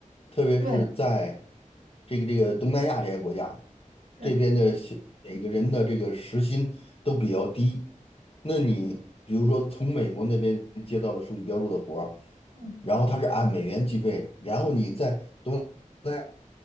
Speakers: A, on the left (about 45°); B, on the right (about 90°).
A: 特别是在
B: 对，
A: 这个这个东南亚这些国家，
B: 是
A: 这边的薪每个人的这个时薪都比较低。那你比如说从美国那边接到的数据标注的活儿，
B: 嗯
A: 然后他是按美元计费，然后你在东南亚